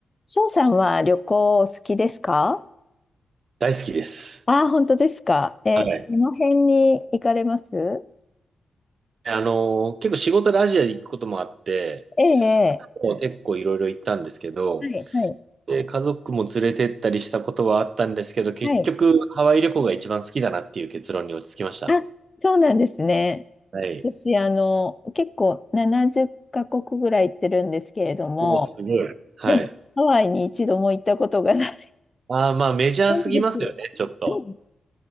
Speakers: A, on the left; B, on the right.
A: 翔さんは旅行お好きですか
B: 大好きです。
A: ああー、本当ですか。え、
B: はい。
A: どの辺に行かれます
B: あのー、結構仕事でアジア行くこともあって、
A: ええ、
B: もう結構いろいろ行ったんですけど、
A: ええはい、はい、
B: で、家族も連れてったりしたことはあったんですけど、結局ハワイ旅行が一番好きだなっていう結論に落ち着きました。
A: はい。あ、そうなんですね。
B: はい。
A: 私、あの、結構70カ国ぐらい行ってるんですけれども、
B: もうすごい。はい。
A: でも、ハワイに一度も行ったことがない
B: ああ、まあメジャーすぎますよね、
A: んです。
B: ちょっと。
A: うん